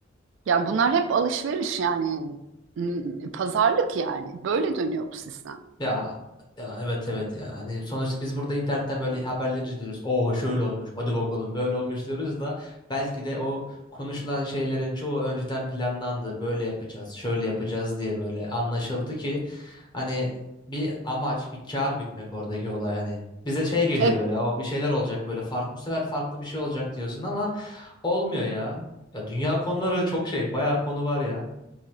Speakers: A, on the right (about 65°); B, on the left (about 20°).
A: Yani bunlar hep alışveriş yani Hmm, pazarlık yani böyle dönüyor bu sistem.
B: Ya ya evet evet ya. Hani sonuçta biz burada internetten böyle haberleri izliyoruz. Oo şöyle olmuş. Hadi bakalım böyle olmuş diyoruz da belki de o konuşulan şeylerin çoğu önceden planlandı. Böyle yapacağız, şöyle yapacağız diye böyle anlaşıldı ki hani bir amaç, bir kar gütmek oradaki olay hani. Bize şey geliyor
A: Tabii,
B: böyle ama bir şeyler olacak böyle farklı bu sefer farklı bir şey olacak diyorsun ama olmuyor ya. Ya dünya konuları çok şey, bayağı konu var ya.